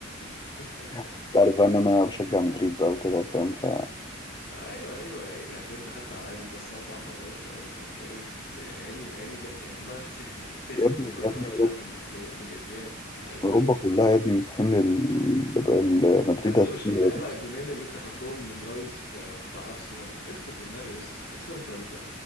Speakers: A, on the left (about 55°); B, on the left (about 20°).
A: <laughs>
B: انت عارف بقى ان انا بشجع مدريد بقى وكده فاهم ف
A: أيوه أيوه يا عيني عشان أنت خدت على عينك بس أربع مرات فاهم فأنت إيه يا عيني يا عيني جا- دماغك سخنت سخنت
B: يا ابني
A: من كتر
B: يا ابني
A: ما خدت
B: اوروبا
A: على- بالإف- بالإفيان أيوه
B: أوروبا
A: أيوه.
B: كلها يا ابني من حمل ال- ال- مدريد
A: يا ابني
B: هتحمل
A: مش كفايه
B: يا ابني
A: بقى الجونين اللي انت خدتهم من رايز ب- بتاع ارسنال اسكت والنبي يس يس انت انت